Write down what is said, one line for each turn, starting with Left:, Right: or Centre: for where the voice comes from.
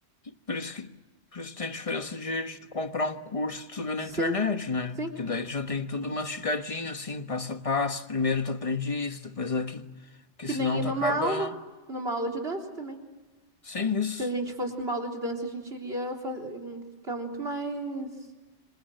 Left: Por isso que, por isso tem a diferença de, de tu comprar um curso que tu vê na
Right: Sim,
Left: internet, né?
Right: sim.
Left: Porque daí tu já tem tudo mastigadinho, assim, passo a passo. Primeiro tu aprende isso, depois aquilo. Porque
Right: Que
Left: senão
Right: nem ir
Left: tu
Right: numa
Left: acaba
Right: aula, numa aula de dança também.
Left: sem isso.
Right: Se a gente fosse numa aula de dança, a gente iria faz- ficar muito mais,